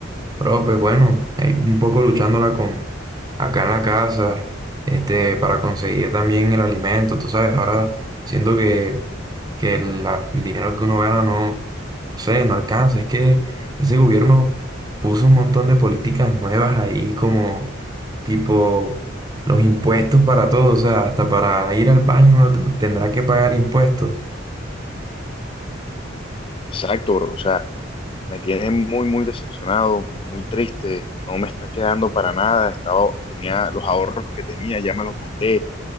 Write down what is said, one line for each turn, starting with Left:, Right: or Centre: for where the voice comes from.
Right: Pero pues bueno, ahí un poco luchándola con acá en la casa, este, para conseguir también el alimento, tú sabes, ahora siento que, que la- el dinero que uno gana no, no sé, no alcanza. Es que ese gobierno puso un montón de políticas nuevas ahí como tipo los impuestos para todo, o sea, hasta para ir al baño uno te- tendrá que pagar impuestos.
Left: Exacto, bro. O sea, me tiene muy, muy decepcionado, muy triste, no me está quedando para nada, estaba, tenía los ahorros que tenía, ya me los gasté,